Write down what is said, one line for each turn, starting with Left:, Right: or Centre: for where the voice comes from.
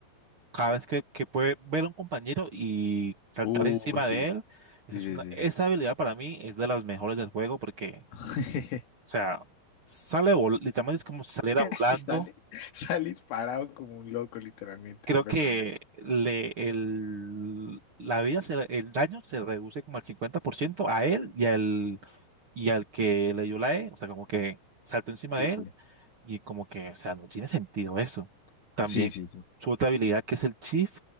Right: cada vez que, que puede ver a un compañero y saltar
Left: Uh,
Right: encima
Left: sí.
Right: de él,
Left: Sí,
Right: esa, es
Left: sí,
Right: una-
Left: sí,
Right: esa
Left: sí.
Right: habilidad para mí es de las mejores del juego porque,
Left: <laughs>
Right: o sea, sale, vol- literalmente es como si saliera volando
Left: Sí, sale, sale disparado como un loco, literalmente,
Right: Creo
Left: ese personaje.
Right: que le, el, la vida, se- el daño se reduce como al 50% a él y al, y al que le dio la E, o sea, como que saltó encima
Left: Sí,
Right: de
Left: sí.
Right: él y como que, o sea, no tiene sentido eso. También
Left: Sí, sí, sí.
Right: su otra habilidad que es el Chief,